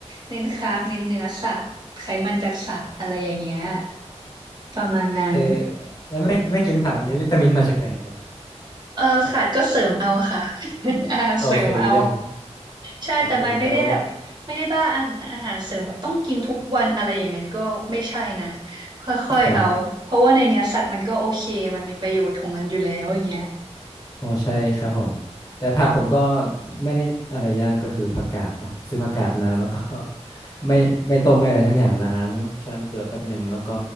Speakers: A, on the right; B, on the left.
A: เน้นคาร์บเน้นเนื้อสัตว์ไขมันจากสัตว์อะไรอย่างเงี้ย ประมาณนั้น
B: เออแล้วไม่ไม่กินผักนี่วิตามินมาจากไหนครับ
A: เออขาดก็เสริมเอาค่ะ <laughs> อาหารเสริมเอา
B: โอเคเยี่ยม
A: ใช่แต่ไม่ไม่ได้แบบไม่ได้บ้าอาหารอาหารเสริมแบบต้องกินทุกวันอะไรอย่างนั้นก็ไม่ใช่นะ
B: โอเคแต่ว่า
A: ค่อยๆเอาเพราะว่าในเนื้อสัตว์มันก็โอเคมันมีประโยชน์ของมันอยู่แล้วอย่างเงี้ย
B: ครับ อ๋อใช่ครับผมแต่ผักผมก็ไม่ได้อะไรยากก็คือผักกาดเนอะซื้อผักกาดมาแล้วก็ <laughs> ไม่ไม่ต้มไม่อะไรสักอย่างล้างแช่น้ำเกลือแป๊บหนึ่งแล้วก็